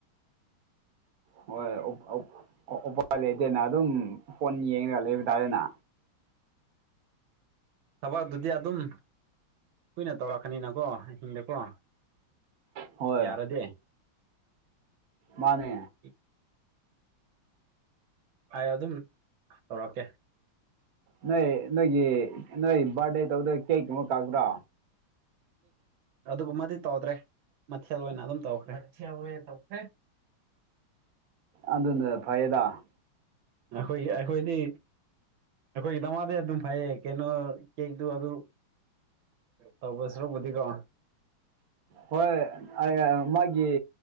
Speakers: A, on the right; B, on the right.
A: ꯍꯣꯏ ꯑꯧ ꯑꯣ ꯎꯄꯥꯏ ꯂꯩꯇꯦꯅ ꯑꯗꯨꯝ ꯐꯣꯟ ꯌꯦꯡꯉꯒ ꯂꯩꯕ ꯇꯥꯔꯦꯅ
B: ꯊꯕꯛ ꯑꯗꯨꯨꯗꯤ ꯑꯗꯨꯝ ꯀꯨꯏꯅ ꯇꯧꯔꯛꯀꯅꯤꯅꯀꯣ ꯑꯍꯤꯡꯗꯀꯣ
A: ꯍꯣꯏ
B: ꯌꯥꯔꯗꯤ
A: ꯃꯥꯅꯦ
B: <inaudible> ꯑꯩ ꯑꯗꯨꯝ ꯇꯧꯔꯛꯀꯦ
A: ꯅꯣꯏ ꯅꯣꯏꯒꯤ ꯅꯣꯏ ꯕꯥꯔꯗꯦ ꯇꯧꯗꯕ ꯀꯦꯛ ꯀꯨꯝꯕ ꯀꯛꯄ꯭ꯔꯥ
B: ꯑꯗꯨꯒꯨꯝꯕꯗꯤ ꯇꯧꯗ꯭ꯔꯦ ꯃꯊꯦꯜ ꯑꯣꯏꯅ ꯑꯗꯨꯝ ꯇꯧꯈ꯭ꯔꯦ ꯃꯊꯦꯜ ꯑꯣꯏꯅ ꯇꯧꯈ꯭ꯔꯦ
A: ꯑꯗꯨꯅ ꯐꯩꯗ
B: ꯑꯩꯈꯣꯏꯒꯤ ꯑꯩꯈꯣꯏꯗꯤ ꯑꯩꯈꯣꯏꯒꯤ ꯗꯃꯛꯇꯤ ꯑꯗꯨꯝ ꯐꯩꯌꯦ ꯀꯩꯅꯣ ꯀꯦꯛꯇꯨ ꯑꯗꯨ ꯇꯧꯕ ꯁꯔꯨꯛꯄꯨꯗꯤꯀꯣ
A: ꯍꯣꯏ ꯃꯥꯒꯤ